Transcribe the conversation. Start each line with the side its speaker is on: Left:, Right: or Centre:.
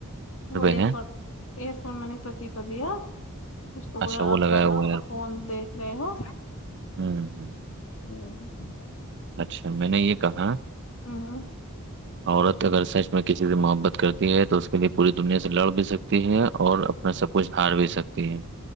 Left: وہ ایرپورٹ
Right: ہے
Left: ایئرپورٹ م نے پتی کو دیا اس کو بولا
Right: اچھا وہ
Left: آپ
Right: لگایا
Left: لگاؤ
Right: ہوا ہے ایئر
Left: آپ
Right: فون
Left: کون دیکھ رہے ہو
Right: ہوں ہوں <unintelligible>
Left: ہوں
Right: اچھا میں نے یہ کہا
Left: ہوں ہوں
Right: عورت اگر سچ میں کسی سے محبت کرتی ہے تو اس کے لیے پوری دنیا سے لڑ بھی سکتی ہے اور میں سب کچھ ہار بھی سکتی ہیں